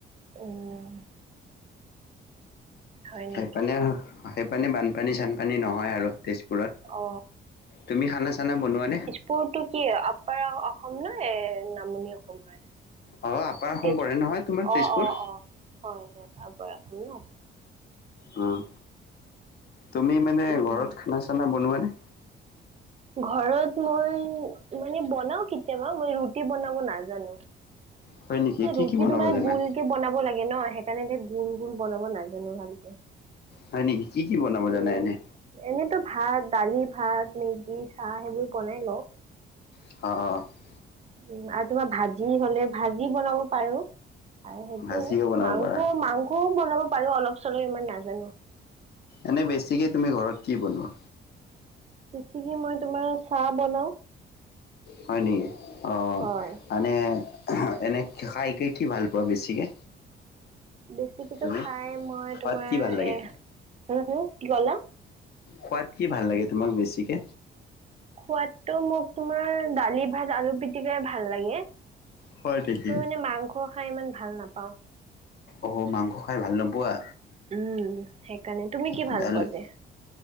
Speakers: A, on the right (about 30°); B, on the left (about 55°).
A: উম। হয়
B: সেইপানে
A: নেকি?
B: আৰু, সেইপানে বানপানী চানপানী নহয় আৰু, তেজপুৰত।
A: অ
B: তুমি খানা-চানা বনোৱানে?
A: পুৰতো কি, আপ্পাৰ অ-অসম নাই, নামনি অসম হয়।
B: অ', আপাৰ অসম
A: তেজপুৰ।
B: পৰে নহয়
A: অ',
B: তোমাৰ তেজপুৰ।
A: অ', অ', হয় হয় আকৌ ৰাখো ন।
B: উম, তুমি মানে
A: উম,
B: ঘৰত খানা-চানা বনোৱানে?
A: ঘৰত মই মানে বনাও কেতিয়াবা মই ৰুটি বনাব নাজানো।
B: হয় নেকি
A: এ
B: কি
A: ৰুটি
B: কি বনাব
A: তোমাৰ
B: জানা?
A: গোলকে বনাব লাগে ন, সেইকাৰণে যে গোল, গোল বনাব নাজানো ভালকে।
B: হয় নেকি? কি কি বনাব
A: উম
B: জানা এনে।
A: এনেতো ভাত, দালি, ভাত, মেগী, চাহ সেইবোৰ বনাই লওঁ।
B: অ', অ', অ'।
A: উম, আৰু তোমাৰ ভাজি হ'লে, ভাজি বনাব পাৰো। আৰু সেইটোয়ে।
B: ভাজিও বনাব
A: মাংস,
B: পাৰা।
A: মাংসও বনাব পাৰো অলপ-চলপ ইমান নাজান।
B: এনে বেছিকে তুমি ঘৰত কি বনোৱা।
A: সিখিনি মই তোমাৰ চাহ বনাও।
B: হয় নি? অঁ।
A: হয়
B: মানে এনে খাইকে কি ভাল পোৱা বেছিকে?
A: বেছিকেতো
B: তুমি?
A: খাই মই
B: খোৱাত
A: তোমাৰ
B: কি ভাল লাগে?
A: এ হুম' হুম' কি কলা?
B: খোৱাত কি ভাল লাগে তোমাক বেছিকে?
A: খোৱাদটো মোক তোমাৰ দালি ভাত আলু পিটিকাই ভাল লাগে।
B: হয় নেকি?
A: মই মানে মাংস খাই ইমান ভাল নাপাওঁ।
B: অহ' মাংস খাই ভাল নোপোৱা?
A: উম' সেইকাৰণে, তুমি কি
B: তেতিয়াহ'লে
A: ভাল পোৱা তে?